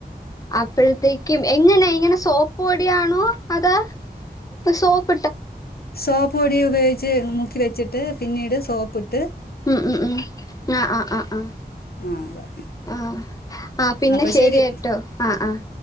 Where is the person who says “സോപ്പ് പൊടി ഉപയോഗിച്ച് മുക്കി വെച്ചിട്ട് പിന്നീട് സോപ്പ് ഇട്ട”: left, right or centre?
Left